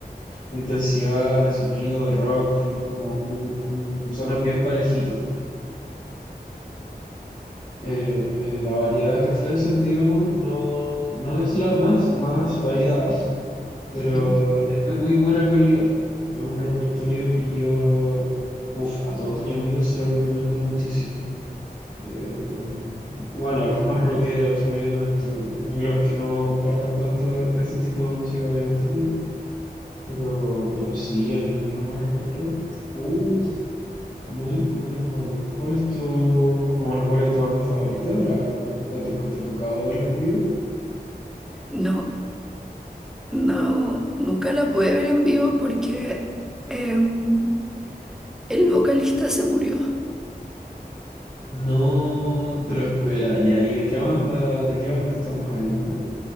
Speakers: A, on the left (about 50°); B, in the centre.
A: de intensidad, de sonido, de rock, tienen como un... un- sonan bien parejitos. eh, eh, la variedad que ofrecen, digamos, no, no es la más, más variada, pero
B: ¿Mm?
A: es de muy buena calidad. Es un repertorio que yo, uf, a todos mis amigos se lo recomiendo muchísimo. Eh, bueno, a los más rockeros, obviamente, los que no compartan tanto este tipo de música, obviamente que no. Pero, pero sí, a mis amigos más rockeros, uf, muy, muy bueno. ¿Cuál es tu, bueno, cuál es tu banda favorita? ¿La, te ha, toc- te ha tocado verla en vivo?
B: No, no, nunca la pude ver en vivo porque em, el vocalista se murió.
A: No, pero espera, ya, ¿y de qué banda, de qué banda estamos hablando?